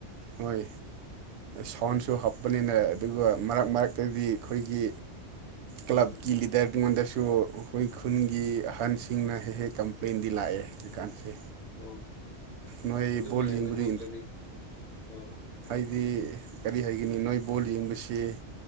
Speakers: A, on the right; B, on the left.
A: ꯍꯣꯏ ꯁꯥꯎꯟꯁꯨ ꯍꯥꯞꯄꯅꯤꯅ ꯑꯗꯨꯒ ꯃꯔꯛ ꯃꯔꯛꯇꯗꯤ ꯑꯈꯣꯏꯒꯤ ꯀ꯭ꯂꯕꯀꯤ
B: ꯎꯝ
A: ꯂꯤꯗꯔ ꯉꯣꯟꯗꯁꯨ ꯁꯨ ꯑꯩꯈꯣꯏ ꯈꯨꯟꯒꯤ ꯑꯍꯟꯁꯤꯡꯅ ꯍꯦꯛ-ꯍꯦꯛ ꯀꯝꯄ꯭ꯂꯦꯟꯗꯤ ꯂꯥꯛꯑꯦ ꯍꯧꯖꯤꯀꯥꯟꯁꯦ꯫
B: ꯑꯣ
A: ꯅꫭꯏ
B: ꯑꯗꯨꯝ
A: ꯕꫭꯜ
B: ꯌꯦꯡꯒꯅꯨ
A: ꯌꯦꯡꯕꯨꯗꯤ
B: ꯀꯔꯤ ꯑꯣ
A: ꯍꯥꯏꯗꯤ ꯀꯔꯤ ꯍꯥꯏꯒꯅꯤ ꯅꯣꯏ ꯕꯣꯜ ꯌꯦꯡꯕꯁꯤ